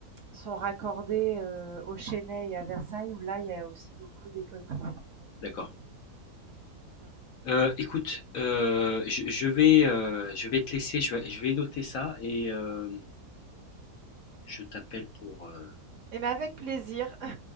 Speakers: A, on the right; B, on the left.
A: sont raccordées, heu, au Chesnay et à Versailles où là, il y a aussi beaucoup d'écoles privées.
B: d'accord.
A: Mmh
B: Euh, écoute, euh, je, je vais, euh, je vais te laisser, je vais, je vais noter ça et euh, je t'appelle pour, euh,
A: et mais avec plaisir.